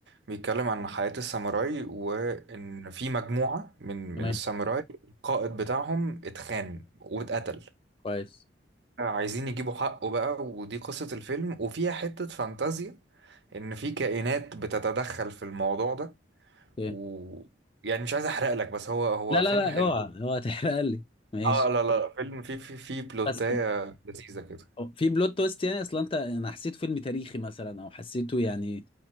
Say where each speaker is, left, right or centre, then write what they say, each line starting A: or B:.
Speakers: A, on the right (about 65°); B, on the left (about 30°).
A: بيتكلم عن حياة الساموراي وان في مجموعة من من
B: تمام
A: الساموراي القائد بتاعهم اتخان واتقتل
B: كويس
A: عايزين يجيبوا حقه بقى ودي قصة الفيلم وفيها حتة فانتازيا ان في كائنات بتتدخل في الموضوع ده
B: اوكي
A: و يعني مش عايز احرق لك بس هو هو
B: لا
A: فيلم
B: لا لا
A: حلو
B: اوعى اوعى تحرق لي ماشي
A: اه لا لا لا، فيلم فيه فيه فيه بلوتاية
B: بس
A: لذيذة كده
B: في بلوت تويست يعني اصلا انت انا حسيته فيلم تاريخي مثلا او حسيته يعني